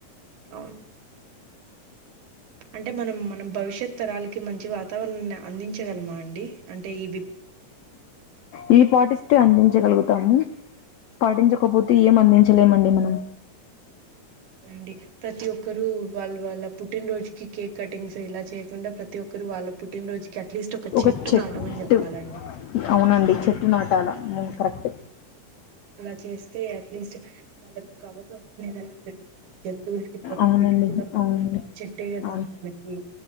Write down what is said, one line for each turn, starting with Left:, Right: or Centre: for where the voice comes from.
Right: అవును అంటే మనం మనం భవిష్యత్ తరాలకి మంచి వాతావరణాన్ని అందించగలమా అండి అంటే ఈి
Left: ఈవి పాటిస్తే అందించగలుగుతాము పాటించకపోతే ఏం అందించలేమండి మనం
Right: అండి ప్రతి ఒక్కరుూ వాళ్ళ వాళ్ళ పుట్టినరోోజుకి కేక్ కటింగ్స్ ఇలా చేయకుండా ప్రతి ఒక్కర్ వాళ్ళ పుట్టినరోజుకి అట్లీస్ట్
Left: ఒక చెట్టు
Right: నాటమని చెప్పాలండి
Left: అవునండి చెట్ నాటాల మ్ కరెక్ట్
Right: అలా చేస్తే అట్లీస్ట్ వాళ్ళకు ఒక అవగాహన అనేదన్నా పెరుగుతుంది జంతువులకి పక్షులకి
Left: అవునండి
Right: కూడా పాపం
Left: అవునండి
Right: చెట్టే కదండి
Left: అవును
Right: వాటికి